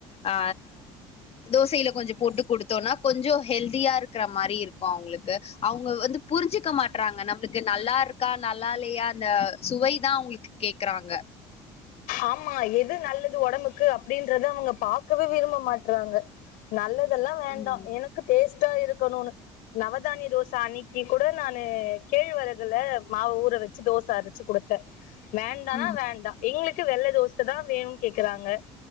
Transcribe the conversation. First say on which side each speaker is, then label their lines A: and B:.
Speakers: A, on the left (about 45°); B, on the left (about 70°).
A: ஆ தோசைல கொஞ்சோ போட்டு குடுத்தோனா கொஞ்சோ ஹெல்தியா இருக்குற மாரி இருக்கு அவுங்களுக்கு அவுங்க வந்து புரிஞ்சிக்க மாட்றாங்க நம்மளுக்கு நல்லா இருக் கா நல்லாயில்லையா இந்த சுவைதா அவுங்களுக்கு கேக்குறாங்க
B: ஆமா எது நல்லது உடம்புக்கு அப்பிடின்றத அவுங்க பாக்கவே விரும்ப மாட்றாங்க நல்லதெல்லா வேண்டா
A: ம்
B: எனக்கு டேஸ்ட்டா இருக்கணுனு நவதானிய தோச அன்னைக்கி கூட நானு கேழ்வரகுல மாவ ஊற வச்சி தோச அரைச்சி குடுத்தே வேண்டாணா
A: ம்
B: வேண்டா எங்களுக்கு வெள்ள தோச தா வேணுன்னு கேக்குறாங்க